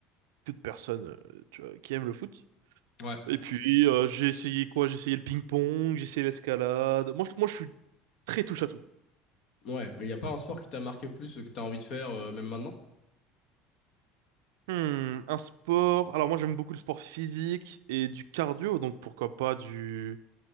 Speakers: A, on the right; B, on the left.
A: toute personne euh, tu vois, qui aime le foot.
B: Ouais.
A: Et puis euh, j'ai essayé quoi? J'ai essayé le ping-pong, j'ai essayé l'escalade. Moi, je- moi je suis très touche à tout.
B: Ouais. Il y a pas un sport qui t'a marqué plus, euh, que t'as envie de faire euh, même maintenant?
A: Hmm, un sport. Alors moi j'aime beaucoup le sport physique et du cardio, donc pourquoi pas du.